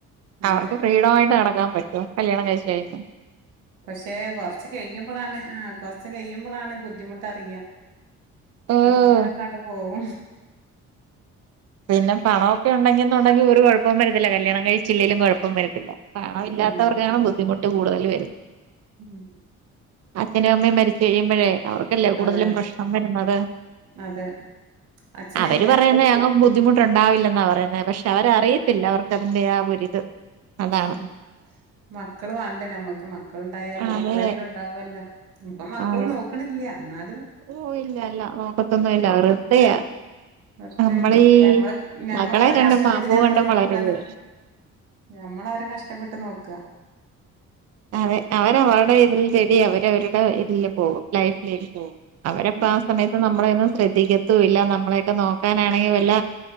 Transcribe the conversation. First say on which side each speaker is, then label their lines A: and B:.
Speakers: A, on the right (about 55°); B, on the right (about 85°).
A: അവർക്ക്
B: അതെ
A: ഫ്രീഡമായിട്ട് നടക്ക <unintelligible> പറ്റുമോ കല്യാണം കഴിച്ച കഴിഞ്ഞൂ
B: പക്ഷെ കൊറച്ച് കഴിയുമ്പോളാണ് ആ കൊറച്ച് കഴിയുമ്പോളാണ് ബുദ്ധിമുട്ടറിയാ
A: ഓഹ്
B: ഇപ്പ ഇങ്ങനെക്കാണ്ട് പോവും
A: പിന്നെ പണമൊക്കെ ഉണ്ടെങ്കി എന്നുണ്ടെങ്കിൽ ഒരു കുഴപ്പം വരത്തില്ല കല്യാണം കഴിച്ചില്ലയിലും കുഴപ്പം വരത്തില്ല. പണ ഇല്ലാത്തവർക്കാണ്
B: ഉം
A: ബുദ്ധിമുട്ട് കൂടുതൽ വരുന്നത്.
B: ഉം
A: അച്ഛനും അമ്മയും മരിച്ചു കഴിയുമ്പോഴേ അവർക്കല്ലേ കൂടുതലും
B: അതെ
A: പ്രശ്നം വരുന്നത്
B: അതെ അച്ഛനില്ല
A: അവര് പറയുന്ന ദ്ധിമുട്ട് ഉണ്ടാവില്ലെന്നാ പറയ്ന്നേ പക്ഷെ അവരറിയത്തില്ല
B: ഉം
A: അവർ അതിന്റെ ആ ഒരിത് അതാണ്
B: ഉം മക്കള് വാണ്ടെ ഞമ്മക്ക് മക്കള്ണ്ടായാല്
A: അതെ
B: മക്കളെങ്കിലും ണ്ടാവൊല്ലോ ഇപ്പം മക്കളും
A: അതെ
B: നോക്ക്ണില്ല്യ ന്നാലും
A: ഓ ഇല്ല ഇല്ല നോക്കത്തൊന്നും ഇല്ല വെറുതെയാ
B: വെർതേണ്
A: നമ്മളീ
B: ഞമ്മള് ഞമ്മളവരെ
A: മക്കളെ കണ്ടും
B: കഷ്ടപ്പെട്ട്
A: പാമ്പു
B: ഞമ്മളെ
A: കണ്ടും
B: നോക്കാന്നൊക്കെ
A: വളരരുത്
B: നമ്മളവരെ കഷ്ടപ്പെട്ട് നോക്ക
A: അതെ അവര അവര്ടെ ഇതിൽ ശെരി അവരവര് ടെ ഇതില്ല് പോകും ലൈഫ് ലേക്ക് പോകും അവരപ്പ
B: ഉം
A: ആ സമയത്ത് നമ്മളെയൊന്നും ശ്രദ്ധിക്കത്തൂ ഇല്ല നമ്മളെയൊക്കെ നോക്കാനാണെങ്കി വല്ല